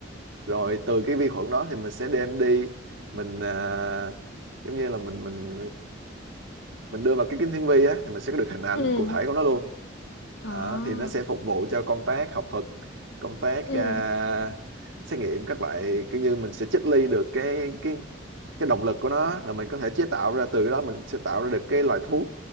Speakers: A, on the right; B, on the left.
A: rồi từ cái vi khuẩn đó thì mình sẽ đem đi mình à, giống như là mình mình mình đưa vào cái kính hiển vi á thì mình sẽ có được hình ảnh
B: ừ
A: cụ thể của nó luôn
B: ờ
A: đó, thì nó sẽ phục vụ cho công tác học thuật công tác
B: ừ
A: à, xét nghiệm các loại kiểu như mình sẽ triết ly được cái cái cái động lực của nó rồi mình có thể chế tạo ra từ cái đó mình sẽ tạo ra được cái loại thuốc